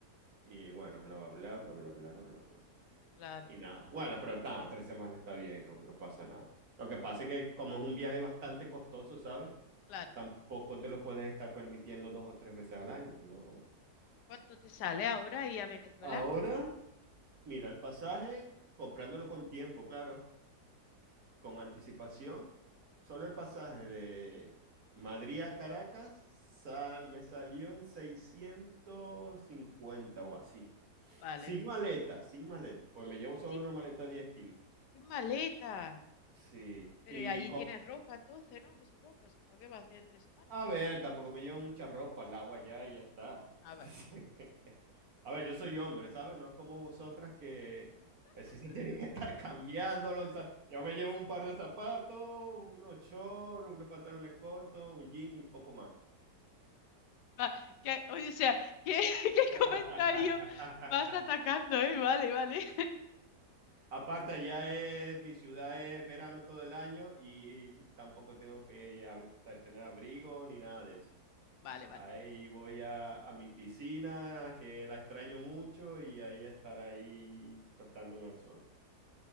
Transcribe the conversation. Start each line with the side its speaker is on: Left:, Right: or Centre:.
Right: Y bueno, bla, bla, bla, bla, bla, bla, bla, bla. bla,
Left: Claro,
Right: Y, y nada. Bueno, pero está, tres semanas está bien, no, no pasa nada. Lo que pasa es que como es un viaje bastante costoso, ¿sabes?
Left: claro.
Right: Tampoco te lo puedes estar permitiendo dos o tres veces al año, ¿no?
Left: ¿Cuánto te sale ahora ir a Venezuela?
Right: Ahora, mira, el pasaje, comprándolo con tiempo, claro, con anticipación, solo el pasaje de Madrid a Caracas sal, me salió en 650 o así,
Left: Vale.
Right: Sin maleta, sin maleta, pues me llevo solo
Left: Sin,
Right: una maleta de 10 kilos.
Left: sin maleta.
Right: Sí,
Left: Pero
Right: y
Left: y allí
Right: con...
Left: tienes ropa entonces, ¿no? Me supongo. Si no, ¿qué vas a hacer en tres semanas?
Right: A ver, tampoco me llevo mucha ropa, lavo allá y ya está.
Left: Ah,
Right: <laughs>
Left: vale.
Right: A ver, yo soy hombre, ¿sabes? No es como vosotras que que sí se tienen que estar cambiándolos. o sea, Yo me llevo un par de zapatos, unos shorts, unos pantalones cortos, un jean y poco más.
Left: Va- que- oye, o sea, ¿qué, <laughs> qué
Right: <laughs>
Left: comentario más atacando, eh? Vale, vale.
Right: Aparte, allá es, mi ciudad es verano todo el año y tampoco tengo que ab- tener abrigo ni nada de eso.
Left: Vale, vale.
Right: Ahí voy a, a mi piscina, que la extraño mucho, y ahí estar ahí tostándome al sol.